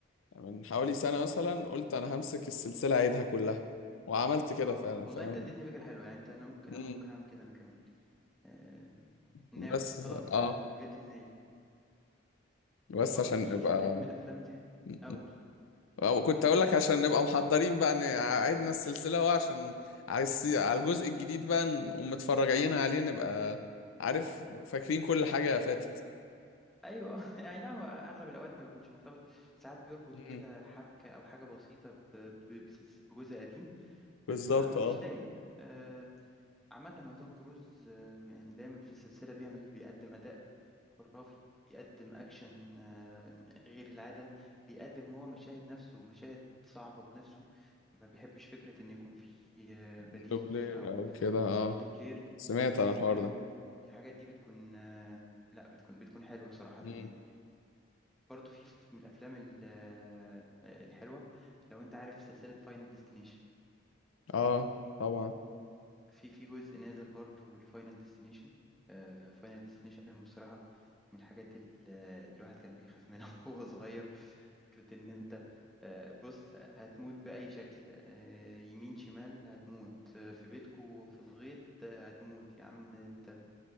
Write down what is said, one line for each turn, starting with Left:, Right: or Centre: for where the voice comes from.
Left: من حوالي سنة مثلا قلت أنا همسك السلسلة أعيدها كلها وعملت كده
Centre: اه
Left: فعلا
Centre: والله
Left: فاهم
Centre: انت اديتني فكره حلوه يعني انت انا ممكن
Left: مم.
Centre: ممكن اعمل كده انا كمان آه ناوي
Left: بس
Centre: خلاص
Left: اه
Centre: انا جات لي النيه
Left: بس
Centre: برضو
Left: عشان
Centre: في
Left: نبقى
Centre: في فيلم من الافلام اللي
Left: مم.
Centre: اقول
Left: أو كنت أقول لك عشان نبقى محضرين بقى إن عيدنا السلسلة هو عشان عايز على الجزء الجديد بقى نقوم متفرجين عليه نبقى عارف فاكرين كل حاجة فاتت
Centre: ايوه <laughs> اي نعم اغلب الاوقات ما بيكونش مرتبط ساعات بيربط
Left: مم.
Centre: كده حبكه او حاجه بسيطه ب- ب- بسلس- بجزء قديم
Left: بالظبط
Centre: بس ما مش
Left: اه
Centre: دايما آه، عامه هو توم كروز آه، يعني دايما في السلسله بيعمل بيقدم اداء خرافي بيقدم اكشن آه، غير العاده بيقدم هو مشاهد نفسه مشاهد صعبه بنفسه ما بيحبش فكره ان يكون في آه، بديل
Left: دوبلير
Centre: ليه او
Left: أو كده اه
Centre: او ليه دوبلير
Left: سمعت عن
Centre: فهو
Left: الحوار
Centre: بيعمل
Left: ده
Centre: الحاجات دي بتكون آه، لا بتكون بتكون حلوة صراحة
Left: مم.
Centre: يعني برضو في في- من الأفلام ال- آه، الحلوة لو أنت عارف سلسلة فاينل ديستنيشن
Left: اه طبعا
Centre: في في جزء نازل برضو لفاينل ديستنيشن فاينل ديستنيشن بصراحة من الحاجات ال- آه، الواحد كان بيخاف منها <laughs> وهو صغير فكرة إن أنت آه، بص هتموت بأي شكل آه، يمين شمال هتموت آه، في بيتكو في الغيط آه، هتموت يا عم أنت